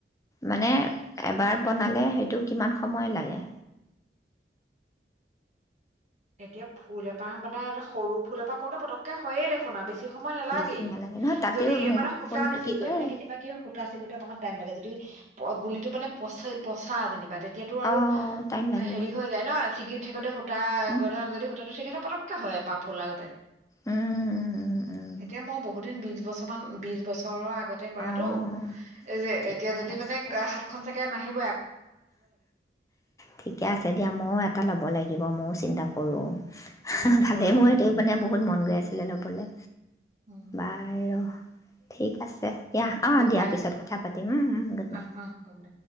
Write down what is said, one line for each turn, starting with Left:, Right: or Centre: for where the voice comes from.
Left: মানে এবাৰ বনালে সেইটো কিমান সময় লাগে।
Right: এতিয়া ফুল এপাঁহ বনা সৰু ফুল এপাঁহ কৰোতে পতককে হয়য়ে দেখোন আৰু বে বেছি সময় নালাগে,
Left: বেছি নহয় তাতেও
Right: যদি মানে সূতা
Left: ফোনটো
Right: নিচিগে
Left: কি কয়
Right: মানে কেতিয়াবা কি হয় সূতা চিগোতে অকনমান টাইম লাগে যদি। গুলিটো মানে পচাই পচা যেনিবা তে এতিয়াতো আৰু
Left: অ', টাইম লাগিবই।
Right: হেৰি হৈ যায় ন চিকি ইহতে সূতা
Left: উম,
Right: যদি সূতাতো থিকেথাকে পতককে হয় এপাহ ফুল আগতে
Left: উম, উম, উম, উম,
Right: এতিয়া মই বহুত দিন বিশবছৰমান বিশবছৰ বছৰৰ আগ কৰাতোএতিয়া
Left: অ', ঠিকে
Right: যদি
Left: আছে।
Right: মানে হাত খন চাগে মা
Left: ঠিকে আছে দিয়া ময়ও এটা ল'ব লাগিব ম চিন্তা কৰোঁ।
Right: উম
Left: ভালে
Right: কৰা
Left: মোৰ এইটো মানে বহুত মন। গৈ আছিলে ল'বলৈ
Right: উম
Left: বাৰু ঠিক আছে, দিয়া অ
Right: গুড
Left: দিয়া
Right: নাইট
Left: পিছত কথা পাতিম উম গুড
Right: অহ
Left: নাইট।
Right: অহ গুড নাইট